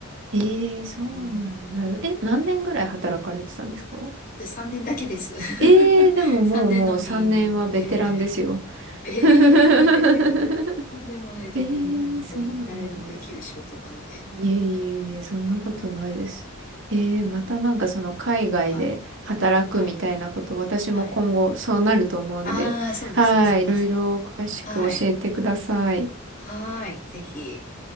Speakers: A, on the right; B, on the left.
A: ええそうなんだ。
B: うん、
A: え、何年ぐらい働かれてたんですか
B: で、3年だけです。
A: ええーでももうもう3年はベテランですよ。
B: <laughs> 3年のみ。ええ <laughs> ええいやいやいや、
A: <laughs>
B: とんでもない、とんでもない、
A: ええそうなんですね。
B: 本当に。誰でもできる仕事なので。
A: いえいえいえ、そんなことないです。ええまたなんかその海外で働くみたいなこと、
B: はい、はい、
A: 私も今後そうなると思うんで、
B: はい。ああ、そうですね、
A: はい、
B: そうですね。
A: いろいろ詳しく教えてください。
B: はい、はい、ぜひ。